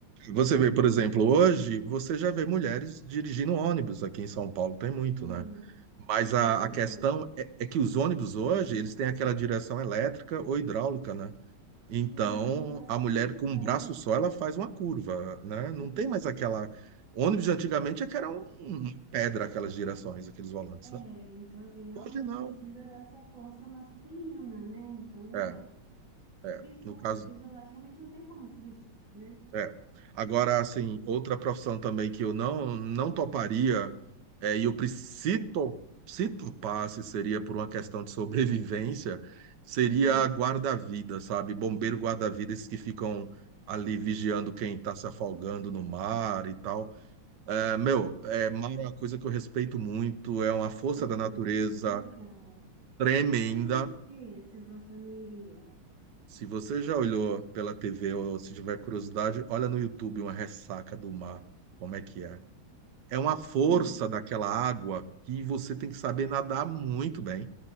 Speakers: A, on the right; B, on the left.
A: você vê, por exemplo, hoje você já vê mulheres dirigindo ônibus aqui em São Paulo, tem muito,
B: Sim,
A: né? Mas
B: tem,
A: a,
B: não,
A: a questão
B: é-
A: é, é que os ônibus hoje, eles têm aquela direção elétrica ou hidráulica, né? Então,
B: sim, então facilita,
A: a mulher com um braço
B: né?
A: só, ela faz uma curva, né? Não
B: Uhum.
A: tem mais aquela... Ônibus de antigamente é que era um, uma pedra aquelas direções, aqueles volantes,
B: É,
A: né?
B: então assim, realmente
A: Hoje não.
B: precisa dessa força masculina, né? Então
A: É,
B: é,
A: é.
B: Fisico-
A: No caso,
B: fisiologicamente não tem como fugir, né?
A: é. Agora, assim, outra profissão também que eu não, não toparia É, e o pri- se, to- se topasse, seria por uma questão de sobrevivência, seria
B: Hum,
A: guarda-vida, sabe? Bombeiro guarda-vida, esses que ficam ali vigiando quem está se afogando no mar e tal. É, meu, é, mar é uma coisa que eu respeito muito, é uma força
B: é,
A: da
B: eu também
A: natureza
B: acho muito legal.
A: tremenda.
B: Mas por que se você não iria?
A: Se você já olhou pela TV ou se tiver curiosidade, olha no YouTube uma ressaca do mar, como é que é? É uma força
B: Hum,
A: daquela água que você tem que saber nadar muito bem.